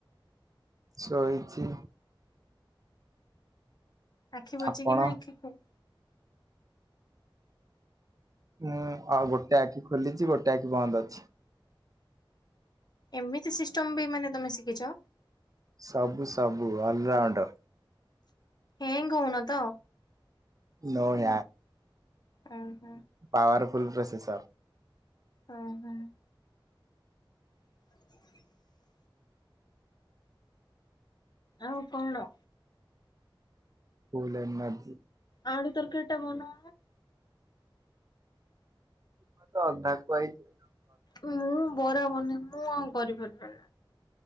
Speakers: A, on the right (about 40°); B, on the left (about 50°).
A: ସୋଇଛି।
B: ଆଖି ବୁଜିକି
A: ଆପଣ
B: ନା ଆଖି ଖୋ
A: ହୁଁ ଆଉ ଗୋଟେ ଆଖି ଖୋଲିଛି ଗୋଟେ ଆଖି ବନ୍ଦ ଅଛି।
B: ଏମିତି ସିଷ୍ଟମ ବି ମାନେ ତମେ ଶିଖିଛ?
A: ସବୁ ସବୁ ଅଲରାଉଣ୍ଡର।
B: ହେ <unintelligible> କହୁନ ତ?
A: ନୋ <unintelligible>
B: ଅହ।
A: Powerful processor.
B: ଅ ହଁ। <inaudible> ଆଉ କଣ?
A: Full energy.
B: ଆଳୁ ତରକାରିଟା ବନା।
A: ମୁଁ ତ ଅଧା କୁହା <unintelligible>
B: ମୁଁ ବରା ବନେଇବି ମୁଁ ଆଉ କରିପାରିବିନି।